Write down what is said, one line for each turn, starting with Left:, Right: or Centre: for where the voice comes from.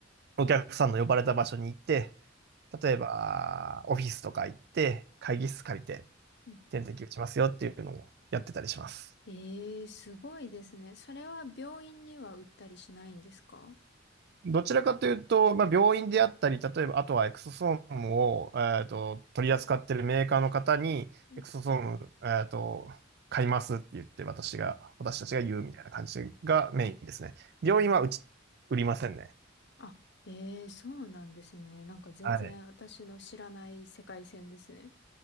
Right: お客さんの呼ばれた場所に行って、例えば、オフィスとか行って、会議室借りて、
Left: うん
Right: 点滴打ちますよっていうのをやってたりします。
Left: ええ、すごいですね。それは病院には売ったりしないんですか
Right: どちらかというと、まあ、病院であったり、例えば、あとはエクソソームを、えっと、取り扱っているメーカーの方に、
Left: うん
Right: エクソソーム、えっと、買いますって言って、私が、私たちが言うみたいな感じがメインですね。
Left: はい。
Right: 病院はうち、売りませんね。
Left: あ、ええそうなんですね。なんか全然私の知らない世界線ですね。
Right: はい。